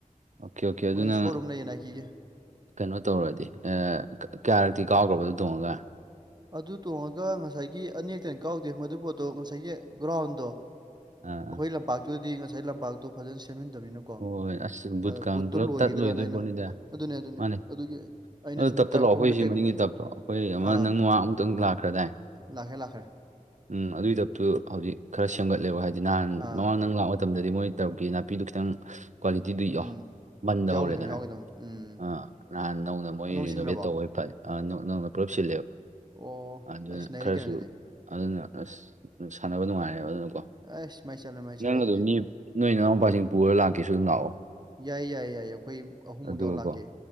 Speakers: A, on the right; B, on the right.
A: ꯑꯣꯀꯦ ꯑꯣꯀꯦ ꯑꯗꯨꯅ
B: ꯃꯣꯏ ꯁꯣꯔꯨꯝ ꯂꯩꯌꯦꯅ ꯅꯥꯢꯀꯤꯒꯤ
A: ꯀꯩꯅꯣ ꯇꯧꯔꯗꯤ ꯀꯌꯥꯔꯛꯇꯤ ꯀꯥꯎꯈ꯭ꯔꯕ ꯑꯗꯨ ꯇꯣꯡꯉꯒ
B: ꯑꯗꯨ ꯇꯣꯡꯉꯒ ꯉꯁꯥꯏꯒꯤ ꯑꯅꯤꯔꯛꯇꯩ ꯍꯦꯟ ꯀꯥꯎꯗꯦ ꯃꯗꯨ ꯄꯣꯠꯇꯣ ꯉꯁꯥꯏꯒꯤ ꯒ꯭ꯔꯥꯎꯟꯗꯣ
A: ꯑꯥ ꯑꯥ
B: ꯑꯩꯈꯣꯏ ꯂꯝꯄꯥꯛꯇꯨꯗꯗꯤ ꯉꯁꯥꯏ ꯂꯝꯄꯥꯛꯇꯣ ꯐꯖꯅ ꯁꯦꯝꯖꯤꯟꯗꯃꯤꯅ ꯀꯣ
A: ꯍꯣꯏ ꯍꯣꯏ, ꯑꯁ ꯕꯨꯠꯀ
B: ꯑꯗꯨ ꯕꯨꯠꯇꯨ
A: ꯄꯨꯂꯞ
B: ꯂꯣꯏꯈꯤꯗ꯭ꯔꯅ
A: ꯇꯠ ꯂꯣꯏꯗꯣꯏ
B: ꯑꯩꯅ
A: ꯄꯣꯠꯅꯤꯗ
B: ꯑꯗꯨꯅꯦ ꯑꯗꯨꯅꯤ
A: ꯃꯥꯅꯦ
B: ꯑꯗꯨꯒꯤ ꯑꯩꯅ
A: ꯑꯗꯨ
B: ꯁꯨꯝ
A: ꯇꯞꯇ
B: ꯇꯔꯐꯀꯨꯝꯕꯗ
A: ꯂꯥꯛꯑꯣ ꯑꯩꯈꯣꯏ ꯁꯤ
B: ꯀꯩꯒꯨꯝꯕꯗ
A: ꯃꯅꯤꯡꯒꯤ ꯇꯞꯇꯣ ꯑꯩꯈꯣꯏ ꯑꯃ
B: ꯑꯥ
A: ꯅꯪ ꯅꯃꯥꯡ ꯑꯃꯨꯛꯇꯪ ꯂꯥꯛꯈ꯭ꯔꯗꯥꯏ
B: ꯂꯥꯛꯈ꯭ꯔꯦ ꯂꯥꯛꯈ꯭ꯔꯦ
A: ꯎꯝ ꯑꯗꯨꯏ ꯗꯞꯇꯨ ꯍꯧꯖꯤꯛ ꯈꯔ ꯁꯦꯝꯒꯠꯂꯦꯕ ꯍꯥꯏꯗꯤ ꯅꯍꯥꯟ
B: ꯑꯥ
A: ꯃꯃꯥꯡꯗ ꯅꯪ ꯂꯥꯛ ꯃꯇꯝꯗꯗꯤ ꯃꯣꯏ ꯇ꯭ꯔꯞꯀꯤ ꯅꯥꯄꯤꯗꯨꯣ ꯈꯤꯇꯪ ꯀ꯭ꯋꯥꯂꯤꯇꯤꯗꯨ ꯏꯣ
B: ꯎꯝ
A: ꯃꯟꯗ
B: ꯌꯥꯎꯒꯗꯕꯅꯤ
A: ꯍꯧꯔꯦꯗꯅ
B: ꯌꯥꯎꯒꯗꯕꯅꯤ ꯎꯝ
A: ꯑꯥ ꯅꯍꯥꯟ ꯅꯧꯅ ꯃꯣꯏ
B: ꯑꯅꯧ
A: ꯔꯤꯅꯣꯚꯦꯠ
B: ꯁꯤꯡꯈ꯭ꯔꯕꯣ
A: ꯇꯧꯕꯏ ꯐ ꯅꯧꯅ ꯄꯨꯂꯞ ꯁꯤꯜꯂꯦꯕ
B: ꯑꯣ
A: ꯑꯗꯨꯅ
B: ꯑꯁ ꯅꯩꯔꯦ
A: ꯈꯔꯁꯨ
B: ꯀꯩꯅꯣ ꯑꯗꯨꯗꯤ
A: ꯑꯗꯨꯅ ꯁꯥꯟꯅꯕ ꯅꯨꯡꯉꯥꯏꯔꯦꯕ ꯑꯗꯨꯅꯀꯣ
B: ꯑꯁ ꯃꯥꯏ ꯆꯠꯂꯦ ꯃꯥꯏ ꯆꯠꯂꯦ
A: ꯅꯪ
B: ꯑꯗꯨꯗꯤ
A: ꯑꯗꯨꯝ ꯃꯤ ꯅꯣꯏ ꯅꯅꯥꯎ ꯄꯥꯁꯤꯡ ꯄꯨꯔ ꯂꯥꯛꯀꯦꯁꯨ ꯑꯗꯨꯝ ꯂꯥꯛꯑꯣ
B: ꯌꯥꯏ ꯌꯥꯏ ꯌꯥꯏ ꯑꯩꯈꯣꯏ ꯑꯍꯨꯝꯃꯨꯛ
A: ꯑꯗꯨꯀꯣ
B: ꯇꯧꯔ ꯂꯥꯛꯀꯦ